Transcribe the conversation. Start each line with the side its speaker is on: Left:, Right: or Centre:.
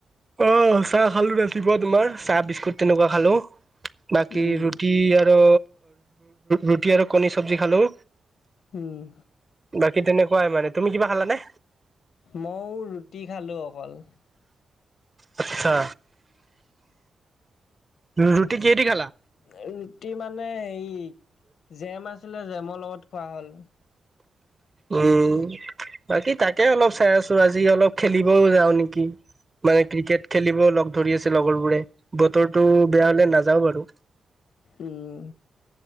Right: অ', চাহ খালো ৰাতিপুৱা তোমাৰ, চাহ বিস্কুট তেনেকুৱা খালোঁ বাকী
Left: উম
Right: ৰুটি আৰু, ৰুটি আৰু কণী চব্জি খালোঁ
Left: উম।
Right: বাকী তেনেকুৱাই মানে, তুমি কিবা খালানে?
Left: ময়ো ৰুটি খালোঁ অকল
Right: আচ্ছা ৰুটি কিহেদি খালা?
Left: ৰুটি মানে হে, জেম আছিলে জেমৰ লগত খোৱা হ'ল
Right: উম বাকী তাকে অলপ চাই আছোঁ, আজি অলপ খেলিবও যাওঁ নেকি? মানে ক্ৰিকেট খেলিব লগ ধৰি আছে লগৰ বোৰে, বতৰটো বেয়া হলে নাযাওঁ বাৰু
Left: উম,